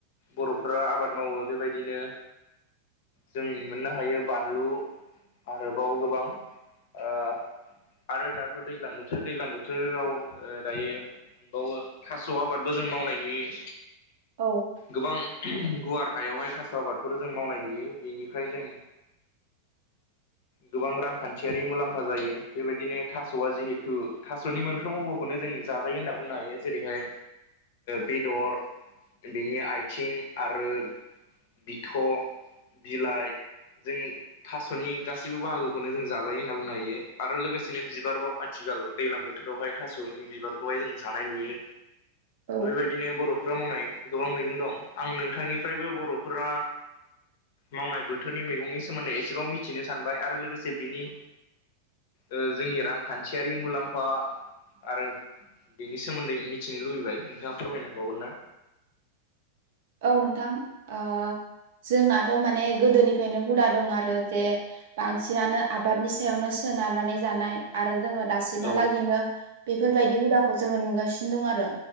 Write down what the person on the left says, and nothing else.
बर'फोरा आबाद मावो बेबायदिनो जों मोननो हायो बानलु आरोबाव गोबां ओ आरो दाथ' दैज्लां बोथोर दैज्लां बोथोराव दायो बेावो थास' आबादबो जों मावनाय नुयो।
गोबां गुवार हायावहाय थास' आबादफोर जों मावनाय नुयो बेनिफ्राय जों गोबां रांखान्थियारि मुलाम्फा जायो बेबायदिनो थास'आ जिहेथु थास'नि मोनफ्रोमावबो बेखौनो जों जाजायो होन्ना बुंनो हायो जेरैहाय बेदर बिनि आइथिं आरो बिथ' बिलाइ जों थास'नि गासैबो बाहागोखौनो जों जाजायो होनना बुंनो हायो आरो लोगोसेनो बिबार बाव आथिखाल दैलां बोथोरावहाय थास'नि बिबारखौहाय जों जानाय नुयो
बेबायद दिनो बर'फोरा मावनाय गोबां मैगं दं आं नोंथांनिफ्रायबो बर'फोरा मावनाय बोथोरनि मैगंनि सोमोन्दै एसेबाव मिथिनो सानबाय आरो लोगोसे बिनि ओ जोंनि रांखान्थियारि मुलाम्फा आरो बिनि सोमोन्दै मिथिनो लुबैबाय नोंथाङा फोरमायनो हाबावगोन ना
औ